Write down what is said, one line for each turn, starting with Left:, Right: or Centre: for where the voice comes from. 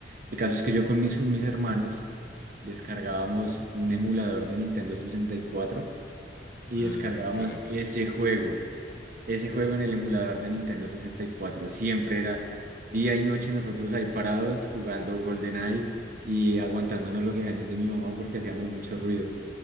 Right: El caso es que yo con mis, mis hermanos descargábamos un emulador de Nintendo sesenta y cuatro y
Left: Ah,
Right: descargábamos
Left: sí, yo era eso.
Right: ese juego, ese juego en el emulador de Nintendo sesenta y cuatro Siempre era día y noche nosotros ahí parados jugando GoldenEye y aguantándonos los regaños de mi mamá porque hacíamos mucho ruido.